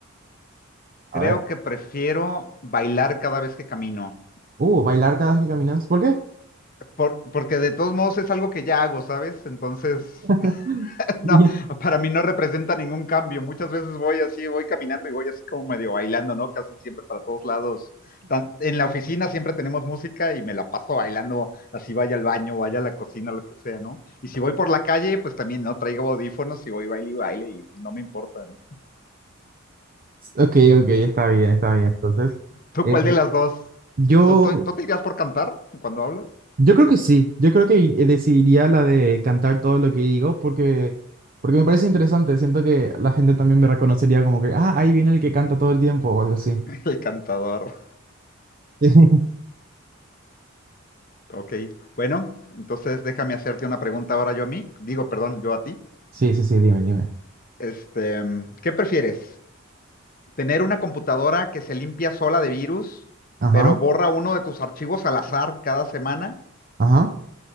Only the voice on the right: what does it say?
A
ver.
Uh, bailar cada vez que caminas. ¿Por qué?
<laughs>
Yes.
Ok, ok, está bien, está bien. Entonces,
eh,
yo,
Yo creo que sí, yo creo que i- decidiría la de cantar todo lo que digo porque, porque me parece interesante, siento que la gente también me reconocería como que, ah, ahí viene el que canta todo el tiempo o algo así.
<laughs>
Sí, sí, sí, dime, dime.
Ajá,
ajá,